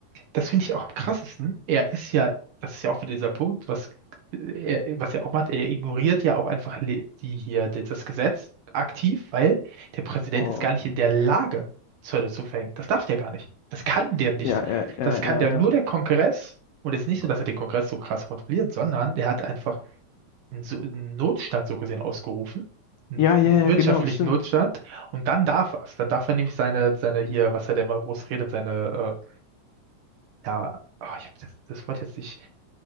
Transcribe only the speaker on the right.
das finde ich auch am krassesten. Er ist ja, das ist ja auch wieder dieser Punkt, was äh, er, was er auch macht, er ignoriert ja auch einfach le- die hier die- das Gesetz aktiv, weil der Präsident
ist gar nicht in der Lage, Zölle zu verhängen. Das darf der gar nicht. Das kann der nicht.
Das kann
der nur
der Kongress. Und es ist nicht so, dass er den Kongress so krass kontrolliert, sondern der hat einfach einen, so einen Notstand so gesehen ausgerufen, einen
wirtschaftlichen
Notstand. Und dann darf er es. Dann darf er nämlich seine, seine hier, was er da immer groß redet, seine äh, ja, oh, ich habe das, das Wort jetzt nicht,